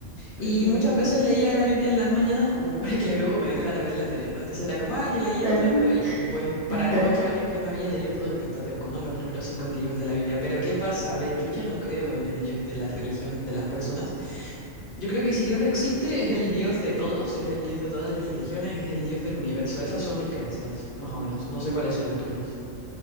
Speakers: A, on the left; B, on the right.
A: Y
B: Ujú.
A: muchas veces leía la Biblia en las mañanas como <laughs> para que luego me dejara ver la tele, ¿no? Entonces era como, ah, ya leí esto,
B: Ujú.
A: esto, y pues para
B: <laughs>
A: los ocho años ya me había leído todo el Pentateuco, ¿no? Los primeros cinco libros de la Biblia. Pero ¿qué pasa? A ver, yo ya no creo en el Dios de la religión de las personas. Yo creo que si Dios existe, es el Dios de todos, es el Dios de todas las religiones, es el Dios del universo. Esas son mis creencias, más o menos. No sé cuáles son las tuyas.